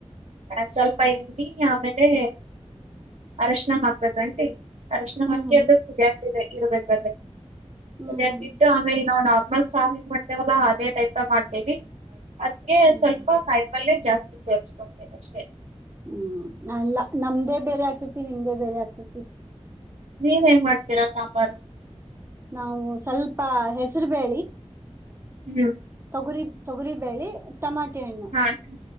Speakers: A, on the right; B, on the right.
A: ರೀಸ್ವಲ್ಪ ಎಣ್ಣಿ ಆಮೇಲೆ ಅರಶಿನ ಹಾಕ್ಬೇಕೇುಂಟಿ ಅರಶಣ
B: ಹ್ಮ್
A: ಹಾಕಿ
B: ಹ್ಮ್
A: ಅದು ಕುದಿಯಾಕ ಇರ್ಬೇಕದ
B: ಹ್ಮ್
A: ಕುದಿಯಾಕಿ
B: ಹ್ಮ್
A: ಇಟ್ಟು ಆಮೇ. ನಾವು ನಾರ್ಮಲ್ ಸಹ ಹೆ ಮಾಡ್ತೇವಲ್ಲಾ ಅದೇ ಟೈಪ್ ಮಾಡ್ತೇವಿ ಅದಕ್ಕೆ
B: ಹ್ಮ್
A: ಸ್ವಲ್ಪ ಕಾಯಿಪಲ್ಯ ಜಾಸ್ತಿ ಸೇರಿಸಕೊಡ್ತೇವೆ ಅಷ್ಟೇ
B: ಹ್ಮ್ ಅ ನಮ್ದೇ ಬೇರೆ ಆಗ್ತೇತಿ ನಿಮ್ದೇ ಬೇರೆ ಆಗ್ತೇತಿ
A: ನೀವ ಹೆಂಗ ಮಾಡ್ತೀರಾ ಸಾಂಬಾರು
B: ನಾವು ಸ್ವಲ್ಪ ಹೆಸರು ಬಿ
A: ಹ್ಮ್
B: ತೊಗುರಿ ತೊಗರಿ ಬೇಳಿ ಟಮಾಟೆ ಹಣ್ಣು
A: ಹಾ ಆಂಟಿ